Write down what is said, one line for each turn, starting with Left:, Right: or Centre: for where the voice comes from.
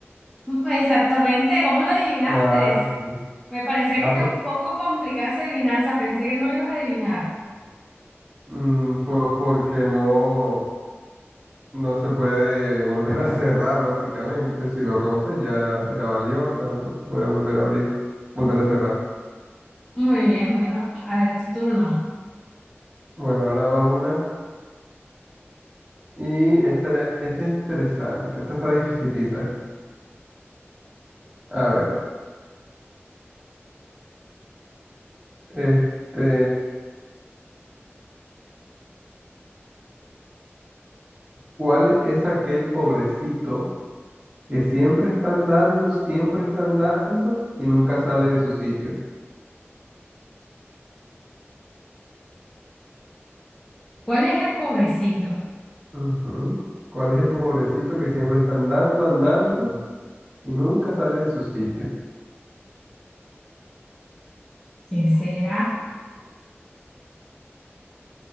Centre: Pues exactamente, ¿cómo lo adivinaste?
Right: Ah, sí.
Centre: Me parecía
Right: Ah,
Centre: que está
Right: pues
Centre: un poco complicada esa adivinanza, pensé que no lo ibas a adivinar.
Right: Mm, pues porque no, no se puede volver a cerrar, básicamente. Si lo rompes ya, ya valió, o sea, no se puede volver a abrir, volver a cerrar.
Centre: Muy bien, bueno, a ver, tu turno.
Right: Bueno, ahora va una. Y esta, esta es interesante, esta está dificilita. A ver, este, ¿cuál es aquel pobrecito que siempre están dando, siempre están dando y nunca sale de su sitio?
Centre: ¿Cuál es el pobrecito?
Right: Ujú. ¿Cuál es el pobrecito que siempre están dando, andando? Y nunca sale de su sitio.
Centre: ¿Quién será?